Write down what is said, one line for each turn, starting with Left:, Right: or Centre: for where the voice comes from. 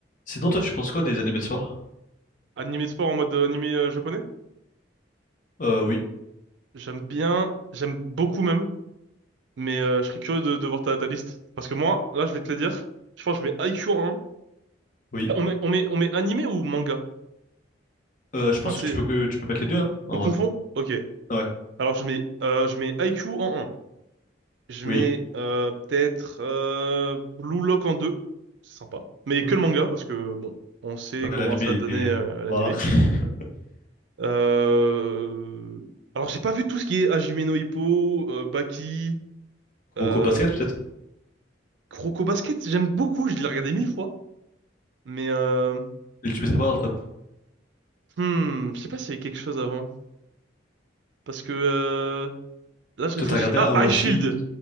Left: Sinon, toi, tu penses quoi des animés de soir?
Right: Animé de sport en mode euh, animé euh, japonais?
Left: Euh, oui,
Right: J'aime bien, j'aime beaucoup même, mais euh, je serais curieux de, de voir ta, ta liste. Parce que moi, là, je vais te le dire, je pense que je mets I Q en un.
Left: oui.
Right: On met, on met, on met animé ou manga?
Left: Euh, je pense
Right: Enfin, tu
Left: que tu
Right: sais,
Left: peux que tu peux mettre les deux, hein, en
Right: on confond?
Left: vrai.
Right: Ok.
Left: Ouais,
Right: Alors, je mets, euh, je mets I Q en un. Je
Left: oui.
Right: mets euh, peut-être euh, Blue Lock en 2. C'est sympa. Mais
Left: Ok.
Right: que le manga, parce que, bon, on sait
Left: Bah,
Right: comment
Left: l'animé,
Right: ça donnait
Left: il est...
Right: euh, l'animé.
Left: Voilà. <laughs>
Right: Euh... Alors, j'ai pas vu tout ce qui est Hajime no Ippo, euh, Baki...
Left: Kuroko
Right: euh,
Left: Basket, peut-être?
Right: Croco Basket, j'aime beaucoup, je l'ai regardé mille fois. Mais euh,
Left: Et tu mettrais pas dans le top.
Right: hmm, je sais pas s'il y avait quelque chose avant. Parce que euh, là, je
Left: Toi,
Right: réfléchis.
Left: t'as regardé
Right: Ah,
Left: Awashi...
Right: High Shield!